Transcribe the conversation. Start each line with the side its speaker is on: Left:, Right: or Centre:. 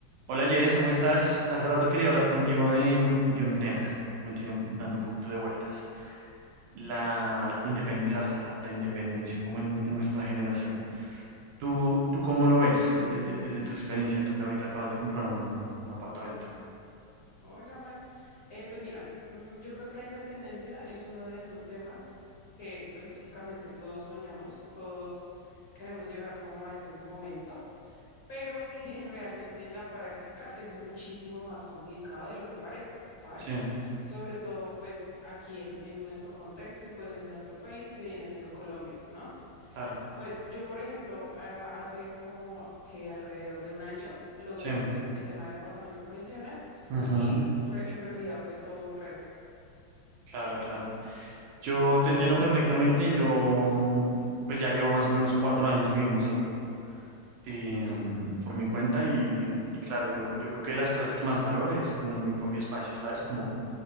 Right: Hola Jess, ¿cómo estás? Hace rato quería hablar contigo de, de un tema que me tiene un- dando un poquito de vueltas. La independizarse, la, la independencia, como en, en nuestra generación. ¿Tú, tú cómo lo ves desde, desde tu experiencia? Tú que ahorita acabas de comprar un, un apartamento.
Left: Hola Juan, Eh, pues mira, mm, yo creo que la independencia es uno de esos temas que pues básicamente todos soñamos, todos queremos llegar como a ese momento, pero que <laughs> realmente en la práctica es muchísimo más complicado de lo que parece, ¿sabes?
Right: Sí,
Left: Sobre todo pues aquí en, en nuestro contexto y pues en nuestro país que viene siendo Colombia, ¿no?
Right: claro,
Left: Pues yo, por ejemplo, a- hace como que alrededor de un año logré
Right: sí.
Left: pues el tema del apartamento que mencionas
Right: Ujú,
Left: y re- en realidad fue todo un reto.
Right: Claro, claro. Yo te entiendo perfectamente. Yo, mm, pues ya llevo más o menos cuatro años viviendo solo. eh, mm, por mi cuenta y, y claro, yo, yo creo que de las cosas que más valoro es tener mi propio espacio, ¿sabes? Como